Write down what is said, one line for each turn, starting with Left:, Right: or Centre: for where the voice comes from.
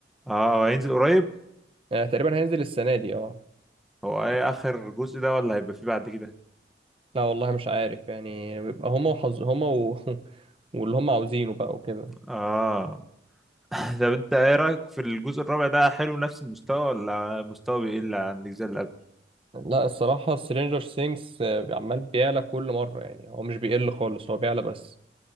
Centre: اه وهينزل قريب
Right: يعني تقريبا هينزل السنه دي اه
Centre: هو
Right: يعني
Centre: ايه اخر جزء ده ولا هيبقى فيه بعد كده
Right: لا والله مش عارف يعني بيبقى هما وحظ هما و... <laughs> واللي هما عاوزينه بقى وكده
Centre: اه <laughs> طب انت ايه رايك في الجزء الرابع ده حلو نفس المستوى ولا مستوى بيقل عن الاجزاء اللي قبل
Right: لا الصراحه سترينجر سينجز عمال بيعلى كل مره يعني هو مش بيقل خالص هو بيعلى بس